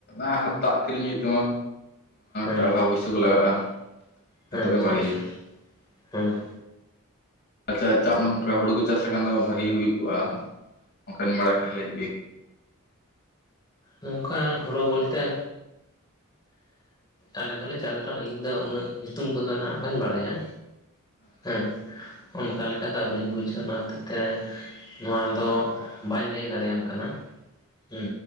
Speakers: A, on the left (about 50°); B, on the left (about 20°).
A: ᱟᱜ ᱫᱟᱜ ᱠᱤᱨᱤᱧ ᱦᱩᱭᱩᱜ ᱛᱟᱢᱟ
B: ᱦᱮᱸ
A: ᱴᱟᱠᱟ ᱯᱩᱭᱥᱟᱹ ᱠᱚ ᱞᱟᱜᱟᱜ-ᱟ ᱱᱤᱛᱚᱜ
B: ᱦᱮᱸ
A: ᱜᱮ
B: ᱟᱪᱪᱷᱟ
A: ᱵᱷᱟᱜᱤᱭᱟ
B: ᱟᱪᱪᱷᱟ ᱦᱮᱸ
A: ᱟᱪᱪᱷᱟ <unintelligible> ᱱᱚᱱᱠᱟ ᱦᱩᱲᱩ ᱠᱚ ᱪᱟᱥ ᱞᱮᱠᱷᱟᱱ ᱫᱚ ᱵᱷᱟᱜᱤ ᱦᱩᱭᱩᱜᱜ-ᱟ ᱚᱱᱠᱤᱱ ᱵᱟᱲᱟᱭ ᱠᱷᱟᱱ ᱞᱟᱹᱭ
B: ᱱᱚᱝᱠᱟ ᱦᱩᱲᱩ ᱵᱚᱞᱛᱮ ᱟᱞᱮ ᱫᱚᱞᱮ ᱪᱟᱥ ᱨᱮᱦᱚ ᱤᱧ ᱫᱚ ᱩᱱᱟᱹᱜ ᱧᱩᱛᱩᱢ ᱠᱚᱫᱚ ᱵᱟᱹᱧ ᱵᱟᱲᱟᱭᱟ ᱦᱮᱸ ᱚᱱᱠᱟ ᱞᱮᱠᱟ ᱫᱚ ᱟᱹᱣᱨᱤᱧ ᱵᱩᱡᱟ ᱚᱱᱟ ᱦᱚᱛᱮᱡ ᱛᱮ ᱱᱚᱣᱟ ᱫᱚ ᱵᱟᱹᱧ ᱞᱟᱹᱭ ᱫᱟᱲᱮᱭᱟᱢ ᱠᱟᱱᱟ ᱦᱮᱸ